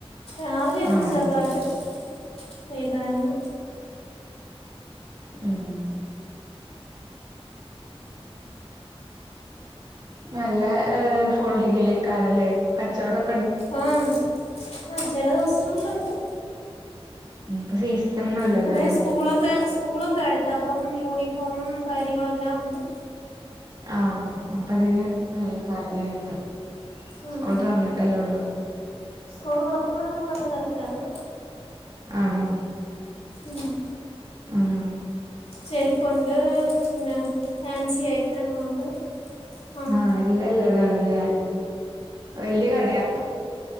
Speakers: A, on the left; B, on the right.
A: രാവിലെ ഒന്ന്
B: ആണോ
A: ചെറുതായിട്ട് പെയ്തായിരുന്നു.
B: മ് നല്ല ഫോൾഡിങ്ങിലേക്കറല്ലേ കച്ചോടം
A: ആഹ ആഹ ചില ദിവസങ്ങളിലുണ്ട്
B: ഉം ഇപ്പൊ സീസണൊന്നും അല്ലല്ലോ
A: ഇവിടെ
B: അല്ലേ
A: സ്കൂളൊക്കെ സ്കൂളൊക്കെ അടു ഇതപ്പം യൂണിഫോമും കാര്യങ്ങളുംെല്ലാം ഉണ്ട്.
B: ആഹ അപ്പൊ അതിന് വരുവായിരിക്കും
A: ആഹ്
B: സ്കൂൾതുറന്നിട്ടല്ലേ ഉള്ളു
A: സ്കൂൾ തുറക്കുന്നതിനേക്കാളും നല്ല തിരക്കായിരുന്നു.
B: ആണോ
A: ഉം
B: ആഹ
A: ചെരുപ്പുണ്ട് പിന്നെ ഫാൻസി ഐറ്റങ്ങളുണ്ട് ആഹ്
B: ആഹ എല്ലാതും ഉള്ളതാണ് അല്ലെ വലിയ കടയാണോ